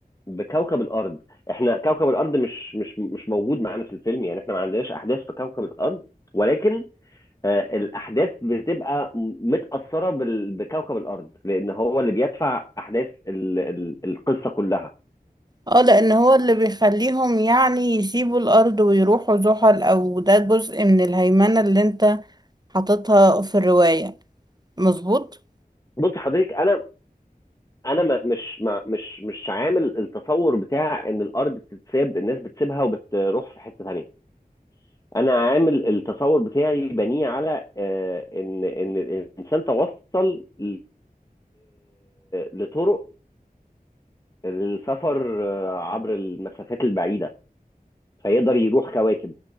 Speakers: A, on the left; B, on the right.
A: بكوكب الارض احنا كوكب الارض مش مش مش موجود معانا في الفيلم يعني احنا ما عندناش احداث في كوكب الارض ولكن آه، الاحداث بتبقى م- متاثره بال- بكوكب الارض لان هو اللي بيدفع احداث ال- ال- القصه كلها
B: اه لأن هو اللي بيخليهم يعني يسيبوا الأرض ويروحوا زحل أو ده جزء من الهيمنة اللي انت حاططها في الرواية مظبوط؟
A: بص حضرتك انا انا ما- مش ما- مش مش عامل التصور بتاع ان الارض بتتساب الناس بتسيبها وبتروح في حته ثانيه انا عامل التصور بتاعي بنيه على آه، ان ان الانسان توصل ل- لطرق للسفر آه، عبر المسافات البعيده فيقدر يروح كواكب